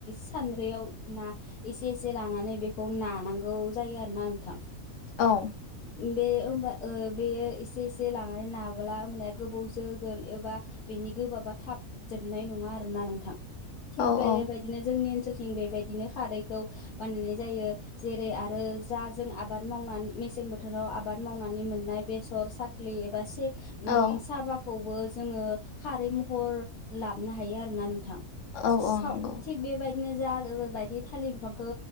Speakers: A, on the left; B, on the left.
A: सानद्रैयाव ना एसे एसे लानानै बेखौ नानांगौ जायो आरोना नोंथां।
B: औ
A: उम बे होमबा ओ बेयो एसे एसे लानानै नाब्ला माने गोबाव जोगोन एबा बेनि गोबाबा थाब जोबनाय नङा आरोना नोंथां। थिग
B: औ
A: बेबायदिनो
B: औ
A: जोंनि ओनसोल थिं बेबायदिनो खारैखौ बानायनाय जायो। जेरै आरो जा जों आबाद मावना मेसें बोथोराव आबाद मावनानै मोननाय बेसर साखलि एबा से उम
B: औ
A: साबाखौबो जोङो खारै महर लाबोननो हायो आरोना नोंथां।
B: औ
A: सो साव
B: औ नंगौ
A: थिग बेबायद दिनो जा ओ बायदि थालिर बिफांखो